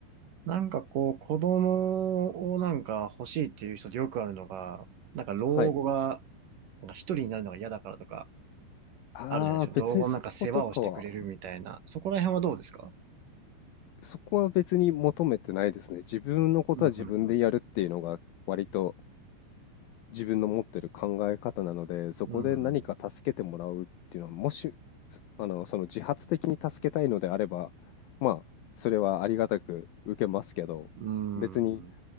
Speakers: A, on the right; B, on the left.
A: なんかこう、子供をなんか欲しいっていう人でよくあるのが、なんか老後が、
B: はい。
A: なんか一人になるのが嫌だからとか、
B: ああ、
A: あるじゃないですか。
B: 別にそことかは、
A: 老後のなんか世話をしてくれるみたいな。そこら辺はどうですか
B: そこは別に求めてないですね。自分のことは自分でやるっていうのが割と
A: うん、うん、
B: 自分の持ってる考え方なので、そこで何か助けてもらうっていうのは、
A: うん。
B: もし、そあの、その自発的に助けたいのであれば、まあ、それはありがたく受けますけど、
A: うん。
B: 別に、
A: うん。